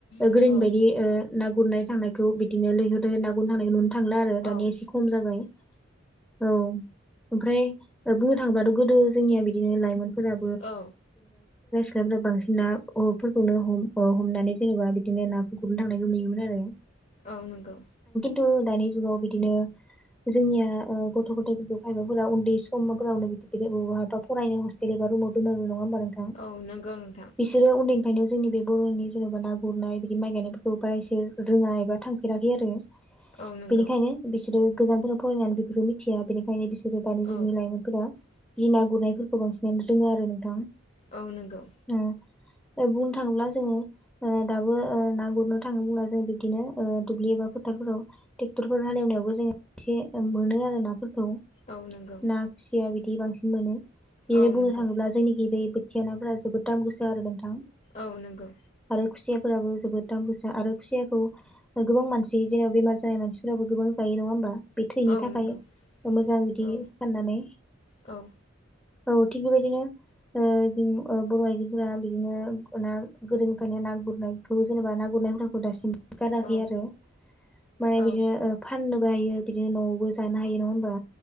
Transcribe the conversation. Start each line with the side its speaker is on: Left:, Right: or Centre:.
Left: औ
Centre: गोदोनि बायदि ओ ना गुरनाय थांनायखौ बिदि लैहोर लैहोर गनो थांनाय नुदों थांला आरो
Left: औ
Centre: दानिया एसे खम जाबाय औ ओमफ्राय ओ बुंनो थाङोबाथ' गोदो जोंनिया बिदिनो लाइमोनफोरा
Left: औ औ
Centre: <unintelligible> बांसिन नाफोरखौनो हम हमनानै जेनेबा बिदिनो नाफोरखौनो थांनायखौ नुयोमोन आरो।
Left: औ नंगौ।
Centre: <unintelligible> दानि जुगाव बिदिनो जोंनिया ओ गथ' गथायफोरखौ खायफाफोरा उन्दै समफोरावनो बि बबहाबा फरायनाय हस्टेल एबा रुमाव नङा हबा नोंथां
Left: औ नंगौ नोंथां
Centre: बिसोरो उन्दै ओंखायनो जोंनि बे बर'नि जेन'बा ना गुरनाय बिदि माइ गायनायफोरखौ बारा एसे रोङा एबा थांफेराखै आरो
Left: औ नंगौ
Centre: बेनिखायनो बिसोरो गोजानथानाव फरायनानै बेफोरखौ मिथिया बेनिखायनो बिसोर जे दानि जुगनि
Left: औ
Centre: लाइमोनफोरा बि ना गुरनायफोरखौ बांसिनानो रोङो आरो नोंथां।
Left: औ नंगौ।
Centre: ओ बुंनो थाङोब्ला जोङो ओ दाबो ओ ना गुरनो थाङो बुंब्ला जों बिब्दिनो दुब्लियाव बा फोथाराव ट्रेकटर हालेवनाय जों एसे मोनो आरो ना। ओ
Left: औ नंगौ
Centre: ना खुसिया बिदि बांसिन मोनो बिदिनो
Left: औ
Centre: बुंनो
Left: नंगौ
Centre: थाङोब्ला जोंनिखि बे खेनायफोरा जोबोद दाम गोसा आरो नोंथां।
Left: औ नंगौ।
Centre: आरो खुसियाफोराबो जोबोद दाम गोसा आरो खुसियाखौ गोबां मानसि जेराव बेमार जानाय मानसिफोराबो गोबां जायो। नङा होमबा? बे थैनि
Left: औ
Centre: थाखाय
Left: नंगौ
Centre: मोजां बिदि
Left: औ
Centre: साननानै
Left: औ
Centre: औ। थिग बेबायदिनो ओ जों बर' आइजोफोरा बिदिनो ना गोदोनिफ्रायनो ना गुरनायखौ जेनेबा ना गुर ना गुरनाय हुदाखौ दासिमबो गाराखै
Left: औ
Centre: आरो माने
Left: औ
Centre: बिदिनो फान्नो जायो बिदिनो न'आवबो जानो हायो नङा होमबा।